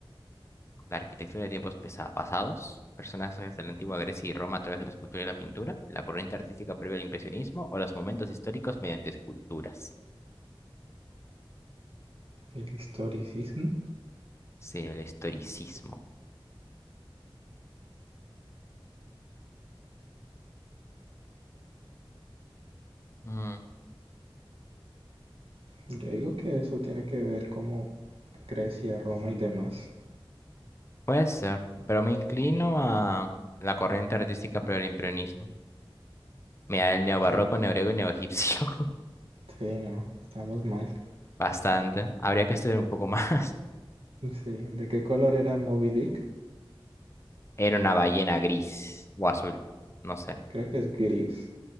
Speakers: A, on the left (about 30°); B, on the right (about 80°).
A: La arquitectura de tiempos pesa- pasados, personajes de la antigua Grecia y Roma a través de la escultura y la pintura, la corriente artística previa al impresionismo o los momentos históricos mediante esculturas.
B: El historicismo.
A: Sí, el historicismo. Mm,
B: Yo digo que eso tiene que ver como Grecia, Roma y demás.
A: Puede ser, pero me inclino a la corriente artística previa al impresionismo. Mira, el neobarroco,
B: Ah,
A: neogrego y neoegipcio. <laughs>
B: sí, no, estamos mal. <laughs>
A: Bastante. Habría que estudiar un poco <laughs> más.
B: Sí. ¿De qué color era Moby Dick?
A: Era una ballena gris o azul, no sé.
B: Creo que es gris.